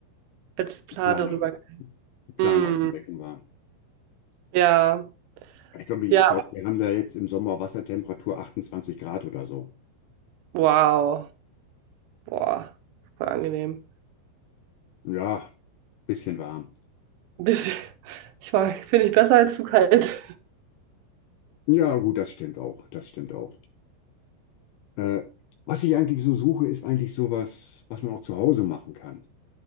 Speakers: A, on the right; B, on the left.
A: Als Plane
B: die Plane,
A: rüber.
B: die Plane
A: Mm,
B: auf dem Becken war.
A: ja.
B: Ich glaube, ich
A: Ja.
B: glaub, wir haben da jetzt im Sommer Wassertemperatur 28 Grad oder so.
A: Wow. Boah. Voll angenehm.
B: Ja, bisschen warm.
A: Bisschen. Ich war, finde ich besser als zu kalt.
B: Ja, gut, das stimmt auch. Das stimmt auch. Äh, was ich eigentlich so suche, ist eigentlich sowas, was man auch zu Hause machen kann.